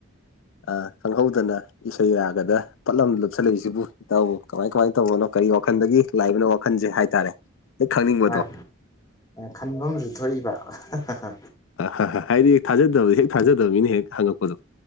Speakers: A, on the left; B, on the left.
A: ꯑ ꯈꯪꯍꯧꯗꯅ ꯏꯁꯩ ꯔꯥꯒꯗ ꯐꯠ ꯂꯥꯎꯅ ꯂꯨꯞꯁꯤꯜꯂꯛꯏꯁꯤꯕꯨ ꯏꯇꯥꯎꯕꯨ ꯀꯃꯥꯏ ꯀꯃꯥꯏ ꯇꯧꯕꯅꯣ ꯀꯔꯤ ꯋꯥꯈꯜꯗꯒꯤ ꯂꯥꯛꯏꯕꯅꯣ ꯋꯥꯈꯟꯁꯦ ꯍꯥꯏꯇꯥꯔꯦ ꯍꯦꯛ ꯈꯪꯅꯤꯡꯕꯗꯣ
B: ꯋꯥꯏ ꯈꯟꯚꯝꯖꯨ ꯊꯣꯛꯏꯕ ꯍꯥ ꯍꯥ ꯍꯥ
A: ꯑ ꯍ ꯍ ꯍꯥꯏꯗꯤ ꯊꯥꯖꯗꯕ ꯍꯦꯛ ꯊꯥꯖꯗꯕ ꯃꯤꯅ ꯍꯦꯛ ꯍꯪꯉꯛꯄꯗꯣ